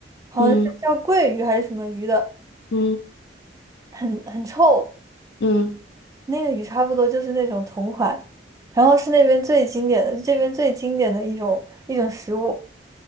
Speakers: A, on the right; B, on the left.
A: 好像是叫桂鱼还是什么鱼的，
B: 嗯嗯嗯
A: 很很臭。
B: 嗯，
A: 那个鱼差不多就是那种同款，然后是那边最经典的，这边最经典的一种一种食物。